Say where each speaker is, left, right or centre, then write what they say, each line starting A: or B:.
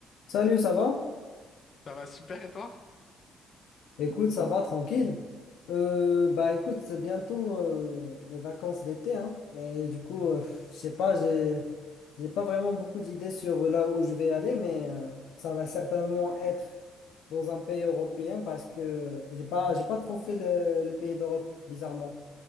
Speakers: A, on the left (about 80°); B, on the left (about 50°).
A: Salut, ça va?
B: Ça va super et toi?
A: Écoute, ça va, tranquille. Euh, bah écoute, c'est bientôt euh, les vacances d'été, hein, et du coup, euh, je sais pas, j'ai j'ai pas vraiment beaucoup d'idées sur là où je vais aller, mais euh, ça va certainement être dans un pays européen parce que j'ai pas j'ai pas trop fait le- les pays d'Europe, bizarrement.